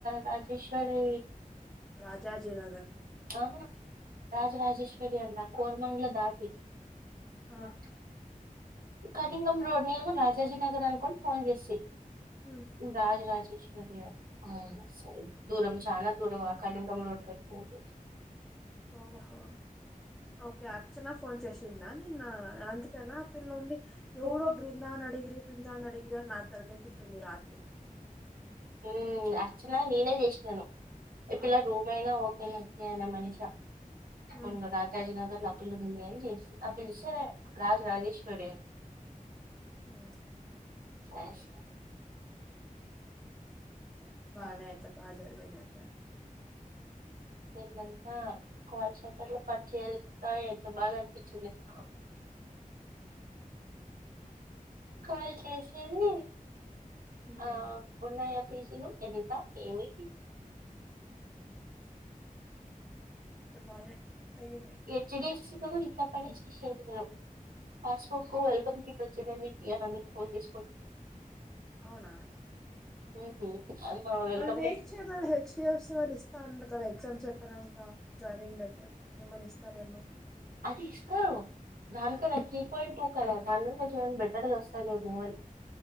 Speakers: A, on the right (about 80°); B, in the centre.
A: రాజేశ్వరీ
B: రాజాజీనగర్
A: ఆ రాజరాజేశ్వరి అంట కోర్మంగ్ల దాటి
B: ఆ
A: అ కనింగం రోడ్ నేను కూడ్ రాజాజీ నగర్ అనుకోన్ ఫోన్ చేసి
B: ఉమ్
A: రాజ రాజేశ్వరి అద్ అ సయ్ దూరం చానా దూరం అ కనింగం రోడ్ కట్ వుంది
B: ఓ హో ఓకే అర్చన ఫోన్ చేసిందా నిన్నా అందుకేనా అ పిల్లుండి యెవురో
A: నువ్వు
B: బృందాన్ అడిగిరి బృందాన్ అడిగిరి అ నా తలకై తింటుంది రాత్రి
A: ఊమ్ అర్చనా నేనే చేసినాను ఈ
B: ఆ
A: పిల్ల రూమ్యినా ఓకే నచ్చినయన మనిష
B: ఉమ్
A: ఉందు రాజాజీ నగర్లో అప్పీలు ఉన్నినాయీ అన్ చేసి ఆపిసే రాజ రాజేశ్వరి
B: ఆ
A: స్మశే
B: బానె
A: బాగానే.
B: ఐయితే బా జరిగింది ఐయితే
A: నిన్నంతా కాల్ సెంటర్ లో పని చేస్తా ఎంత బాగా అనిపించింది ఎకొ కాల్ చేసేది
B: ఉమ్
A: ఆ ఉన్నాయా పీజీలు ఎంత ఏమి
B: ఊ బానే అయ్యింది
A: హెచ్డీఫ్సి లు ఇక పైన తీసేసిరు పాసబుకు వెల్కమ్ కిట్ వచ్చిందని ఎంది అందరి ఫోన్ చేసుకుంటా
B: అవునా
A: ఉహు అమ్మా వెల్కమ్
B: వాళ్ళ వెయిట్
A: గిఫ్ట్
B: చేయమన్నా హెచ్డఎఫ్సి వాళ్ళు ఇస్తా అనారు కదా ఎగ్జామ్స్ ప్రనాంక జాయినింగ్ లెటర్ ఏమనిస్తారేమో
A: అది ఇస్తారు దాంట్లో అది కీ పాయింటూ కదా దాని కన్నా కొంచెం బెట్టర్ వస్తది ఏమో అని